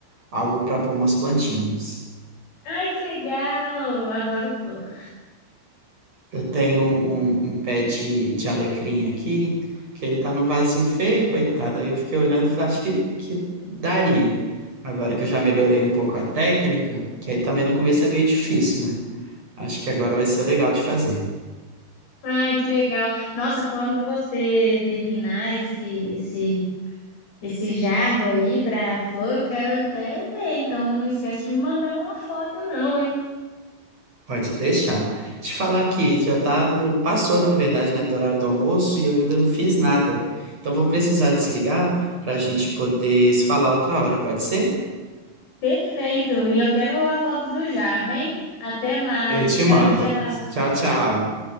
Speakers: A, on the right; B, on the left.
A: algo para pôr umas plantinhas.
B: Ai, que legal! Adoro flor.
A: Eu tenho um, um pé de, de alecrim aqui, que ele tá num vasinho feio, coitado. Aí eu fiquei olhando e falei, acho que, que daria. Agora que eu já melhorei um pouco a técnica, que aí também no começo é meio difícil, né? Acho que agora vai ser legal de fazer.
B: Ai, que legal. Nossa, quando você terminar esse esse esse jarro aí para flor, eu quero até ver. Então não esquece de me mandar uma foto não, hein?
A: Pode deixar. Te falar aqui já tá no, passou, na verdade, né, do horário do almoço e eu ainda não fiz nada. Então vou precisar desligar para a gente poder se falar outra hora, pode ser?
B: Perfeito. E eu quero a foto do jarro, hein? Até mais.
A: Eu te
B: Tchau,
A: mando.
B: tchau.
A: Tchau, tchau.